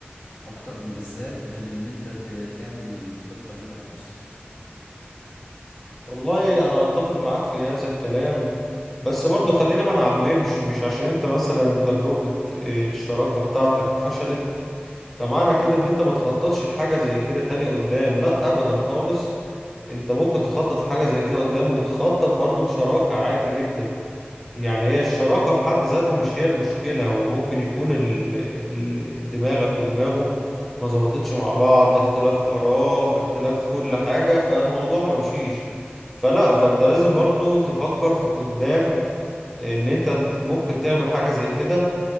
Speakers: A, on the left; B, in the centre.
A: اكتر بالذات من ان انت ت- تعمل خطة هنا في مصر
B: والله انا اتفق معاك في هذا الكلام بس برضو خلينا ما نعممش مش عشان انت مثلا تجربة إيه، الشراكة بتاعتك فشلت فمعنى كده ان انت ما تخططش لحاجة زي كده تاني قدام لا ابدا خالص انت ممكن تخطط لحاجة زي كده قدام وتخطط برضو لشراكة عادي جدا يعني هي الشراكة في حد ذاتها مش هي المشكلة هو ممكن يكون ال... ال... دماغك ودماغه ما ظبطتش مع بعض اختلاف آراء اختلاف كل حاجة فالموضوع ما مشيش فلا فانت لازم برضو تفكر في قدام ان انت ممكن تعمل حاجة زي كده